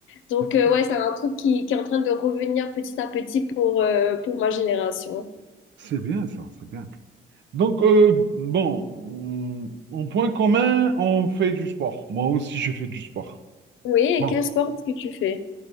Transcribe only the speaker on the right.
ok.
C'est bien ça, c'est bien. Donc, euh, bon, hum, en point commun, on fait du sport. Moi aussi, je fais du sport.
Bon,